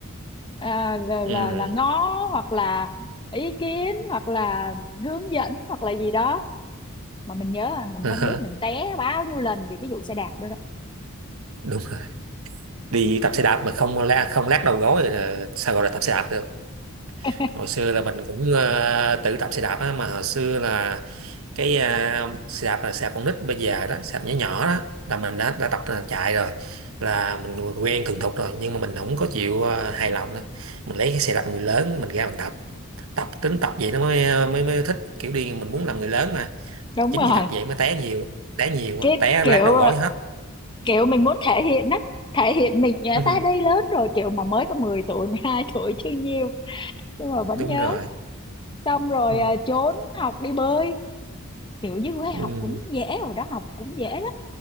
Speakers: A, on the left (about 20°); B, on the right (about 75°).
A: à, là,
B: ừ
A: là là ngó
B: <laughs>
A: hoặc là ý kiến hoặc là hướng dẫn hoặc là gì đó mà mình nhớ à, mình
B: Ờ
A: không
B: hả,
A: biết mình té bao nhiêu lần vì cái vụ xe đạp đó, đó.
B: đúng đi tập xe đạp mà không la không lát đầu gối rồi là sao gọi là tập xe đạp được
A: <laughs>
B: hồi xưa là mình cũng ờ, tự tập xe đạp á mà hồi xưa là cái ờ, xe đạp là xe đạp con nít bây giờ đó xe đạp nhỏ nhỏ đó là mình đã đã tập là chạy rồi là mình quen thuần thục rồi nhưng mà mình không có chịu ờ, hài lòng đó mình lấy cái xe đạp người lớn mình ra mình tập tập tính tập vậy nó mới ờ, mới mới thích kiểu đi mình muốn làm người lớn mà
A: đúng
B: chính
A: rồi
B: vì tập vậy mới té nhiều té nhiều quá
A: cái
B: té
A: kiểu
B: lát đầu gối hết
A: kiểu mình muốn thể hiện á thể hiện mình nhớ
B: <laughs>
A: ta đây lớn rồi kiểu mà mới có 10 tuổi 12 tuổi chưa nhiều nhưng mà vẫn
B: đúng
A: nhớ
B: rồi
A: xong rồi
B: ừ.
A: à, trốn học đi bơi kiểu dưới quê
B: Ừ.
A: học cũng dễ rồi đó học cũng dễ lắm